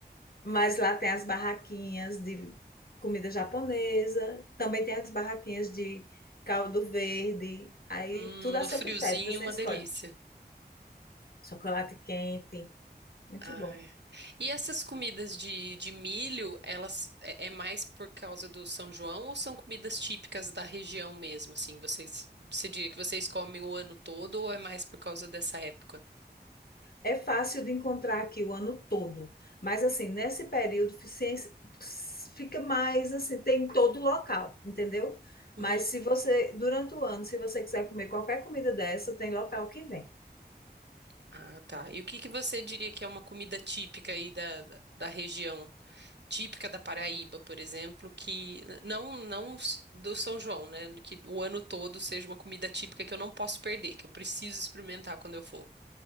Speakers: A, on the left; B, on the right.
A: mas lá tem as barraquinhas de comida japonesa. Também tem as barraquinhas de caldo verde. Aí
B: Hum,
A: tudo a
B: no
A: seu
B: friozinho,
A: critério, você
B: uma
A: escolhe.
B: delícia.
A: Chocolate quente, muito
B: Ai.
A: bom.
B: E essas comidas de, de milho, elas é, é mais por causa do São João ou são comidas típicas da região mesmo? Assim, vocês, você diria que vocês comem o ano todo ou é mais por causa dessa época?
A: É fácil de encontrar aqui o ano todo, mas assim, nesse período ciência- fica mais assim, tem em todo local, entendeu?
B: Uhum.
A: Mas se você, durante o ano, se você quiser comer qualquer comida dessa, tem local que vende.
B: Ah, tá. E o que que você diria que é uma comida típica aí da, da da região? típica da Paraíba, por exemplo, que não não s- do São João, né? Que o ano todo seja uma comida típica que eu não posso perder, que eu preciso experimentar quando eu for.